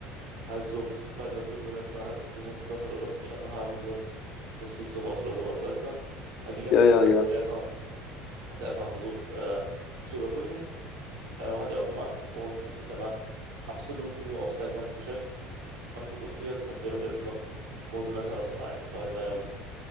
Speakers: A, on the right (about 80°); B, on the left (about 35°).
A: Halt so bis zum zweiten oder dritten Semester, halt, so musst du das oder das bestanden haben, sonst, sonst fliegst du raus oder sowas, weißt du? Halt die ganzen
B: Ja, ja,
A: Fristen
B: ja.
A: hat er erstmal, hat er erstmal versucht äh, zu überbrücken Ähm, hat er auch gemacht und hat sich danach absolut nur auf sein ganzes Geschäft ähm, fokussiert, hat währenddessen noch pro Semester noch so ein, zwei, drei oder so,